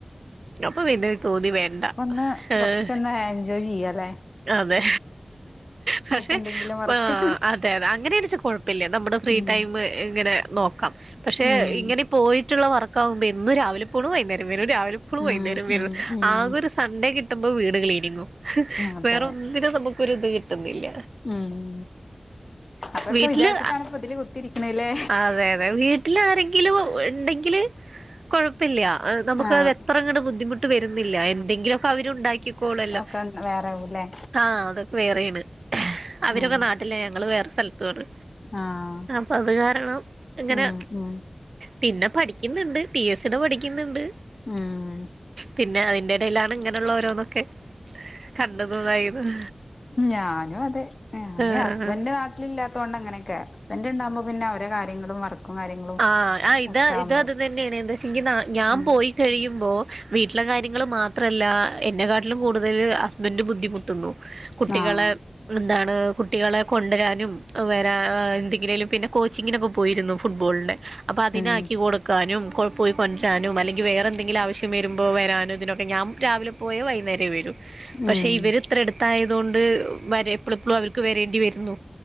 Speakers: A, on the right; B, on the left.
A: അപ്പൊ പിന്നെ തോന്നി വേണ്ട
B: ന്ന്
A: ഏഹ്
B: കൊറച്ചൊന്ന എൻജോയ് ചെയ്യാലേ?
A: അതെ പക്ഷെ
B: എന്തെങ്കിലും വർക്ക്
A: ആ അതെ അതെ അങ്ങനെന്ന്ച്ച കുഴ പിന്നെ നമ്മടെ ഫ്രീ
B: ഉം
A: ടൈം ഇങ്ങനെ നോക്കാം പക്ഷെ
B: ഉം
A: ഇങ്ങനെ പോയിട്ടുള്ള വർക്ക് ആകുമ്പോ എന്നും രാവിലെ പോണു വൈകുന്നേരം
B: ഉം
A: വരും
B: ഉം ഉം
A: സൺഡേ കിട്ടുമ്പോൾ വീട് ക്ലീനിങ്ങും
B: അതെ
A: വേറെന്നിനും നമുക്ക്ഒരു ഇത് കിട്ടുന്നില്ല
B: ഉം അതൊക്കെ
A: വീട്ടില്
B: വിചാരിച്ചിട്ടാണ് ഇപ്പ ഇതില് കുത്തിരിക്കണല്ലേ
A: അതെ അതെ വീട്ടിൽ ആരെങ്കിലും ഉണ്ടെങ്കില് കെഴപ്പില്ല നമുക്ക്ത്
B: ആഹ്
A: അത്ര ഇങ്ങനെ ബുദ്ധിമുട്ട് വരുന്നില്ല എന്തെങ്കിലുമൊക്കെ അവര് ഉണ്ടാക്കിക്കോളല്ലോ
B: <unintelligible> വേറെവുല്ലേ?
A: ആഹ അതൊക്കെ വേറെയാണ് അവര്പ്പെ
B: ആഹ്
A: നാട്ടില ഞങ്ങള് വേറെ സ്ഥലത്തുാണ്
B: ആഹ്
A: അപ്പൊ അത് കാരണം ഇങ്ങനെ
B: ഉം ഉം
A: പിന്നെ പഠിക്കുന്നുണ്ട് പി എസ്സിടെ പഠിക്കുന്നുണ്ട്
B: ഉം
A: പിന്നെ അതിന്റെ ഇടയിലാണ് ഇങ്ങനെയുള്ള ഓരോന്നൊക്കെ കണ്ടതും ഇതായതും
B: ഞാനും അതെ ഞാന്
A: ആഹ്
B: ഹസ്ബൻഡ് നാട്ടിൽ ൻ്റ്ലാത്തോണ്ട് ഇങ്ങനെയൊക്കെ ഹസ്ബൻ്റ്ണ്ടാകുമ്പോ പിന്നെ അവരകാര്യങ്ങളും വ കാര്യങ്ങളും
A: ആ ആ ഇതാ
B: ഒക്കെ ആവുമ്പോ
A: ഇത് അത് തന്നെയാണ് എന്താ വെച്ചെങ്കി ഞാൻ
B: ഉം
A: പോയി കഴിയുമ്പോ വീട്ടിലെ കാര്യങ്ങൾ മാത്രല്ല എന്നെ കാട്ടിലും കൂടുതൽ ന്റ് ബുദ്ധിമുട്ടള്ളു കുട്ടികളെ
B: ആഹ്
A: എന്താണ് കുട്ടികളെ കൊണ്ടുവരാനും വരാ എന്തെങ്കിലിലും പിന്നെ കോച്ചിങ്ങിനൊക്കെ പോയിരുന്നോ? <unintelligible> അപ്പൊ അതിനെക്കി
B: ഉം
A: കൊടുക്ക വക്കാനും പോയി കൊണ്ടറ്റാനും അല്ലങ്കിൽ വേറെ എന്തെങ്കില ആവശ്യം വരുമ്പോൾ വരാനും ഇതിനൊക്കെ ഞാൻ രാവില പോയ വൈകുന്നേരം വരും
B: ഉം
A: പക്ഷെ ഇവര് ഇത്ര എടുത്തായതുകൊണ്ട് വരെ എപ്പോളിപ്പളുംഅവർ വരേണ്ടി വരുന്നു